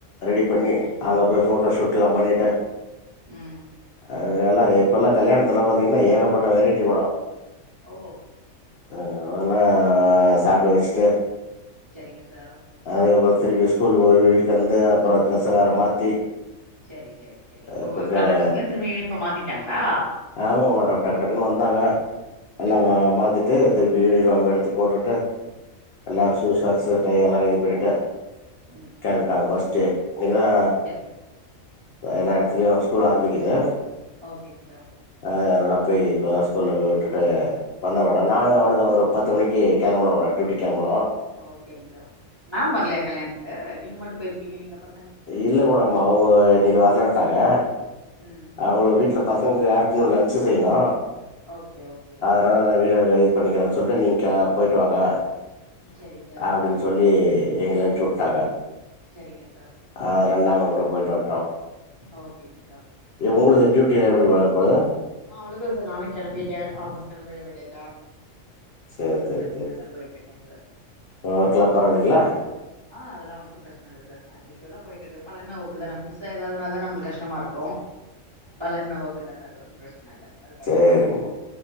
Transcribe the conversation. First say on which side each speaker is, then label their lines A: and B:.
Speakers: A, on the left; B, on the right.
A: ரெடிப் பண்ணி
B: ம்
A: அங்க போய் போட்டோ ஷூட்ல்லா பண்ணிட்டு
B: ம்
A: அத எல்லா இப்ப எல்லா கல்யாணத்துலா பாத்தீங்கன்னா ஏகப்பட்ட வெரைட்டி மேடோ
B: ஓ
A: ஆ அதெல்லா சாப்ட வச்சுட்டு
B: செரிங்க சார்
A: அதுக்கப்பற திருப்பி ஸ்கூல போக வீட்டுக்கு வந்து அப்பறோ ட்ரெஸ்ச வேற மாத்தி
B: செரி செரி செரி
A: அ
B: ஓ
A: கொஞ்சம்
B: கலர் டிரஸ்லந்து திரும்பே யூனிஃபாம் மாத்திட்டாங்களா
A: ஆமாங்க மேடம் டக்கு டக்குன்னு வந்தாங்க எல்லா
B: ம்
A: ஆ மாத்திட்டு திருப்பி யூனிஃபாம் எடுத் த்து போட்டுட்டு எல்லா
B: செரிங்க
A: சு
B: சார்
A: சாக்ஸ் எல்லா இது பண்ணிட்டு
B: ம்
A: கேள்ம்பட்டாங்க
B: ம்
A: ஃபர்ஸ்ட்டு இன்னைக்குதா
B: செரிங்
A: எல்லா இடத்துலயு ஸ்கூல் ஆரம்பிக்குது
B: ஓகேங்க சார்
A: ஆ எல்னா போய் இப்பத ஸ்கூல்ல போய் விட்டுட்டு வந்த மேடம்
B: செரிங்
A: நானு அவ்ளோதா ஒரு பத்து மணிக்கி கெளம்பனு மேடம் டியூட்டி கெளம்பனு
B: ஓகேங் சார் மேம் வர்லையா கல்யாணத்துக்கு நீங்க மட்டு போயிருக்கீங்க நீங்க ப
A: இல்ல மேடம் அவுங்க இன்னைக்கி வர்லண்டாங்க
B: ம்
A: அவுங்கள வீட்ல பசங்களுக்கு ஆஃப்டர்னூன் லன்ஜ் செய்யணு
B: ஓகே ஓகே
A: அதனால நா வீட இது பண்ணிக்கறனு சொல்ட்டு நீங்க போயிட்டு வாங்க
B: செரி சார்
A: அப்டின்னு சொல்லி எங்ள அம்ச்சுட்டாங்க
B: செரிங்க சார்
A: அதனால நாங்க மட்டு போயிட்டு வண்ட்டோ
B: ஓகேங் சார்
A: ஏ உங்களுக்கு டியூட்டில் லா எப்டி மேடம் போகுது
B: ஆ அவ்ளதா சார் நானு கெளம்பிட்டே ஆபிஸ் கெளம்பிட வேண்டியதா
A: சேர்
B: ஒன்னு
A: சேர்
B: பிரச்சன
A: சேரி
B: இல்ல போயிட்ருக்கேங் சார்
A: அப்றோ ஒர்க்லா பரவாயில்லைங்களா
B: ஆ அதெல்லா ஒன்னு பிரச்சன இல்ல சார் ஆஷ்யூசலா போயிட்டு இருக்கு பழகன ஒக்கு தானே புதுச ஏதாவதுனா தா நம்ம கஷ்டமா இருக்கு பழகுன ஒக்குதானே அது ஒன்னு பிரச்சன இல்ல அது பாட்டுக்கு
A: சேரிங்
B: போயிட்ருக்கு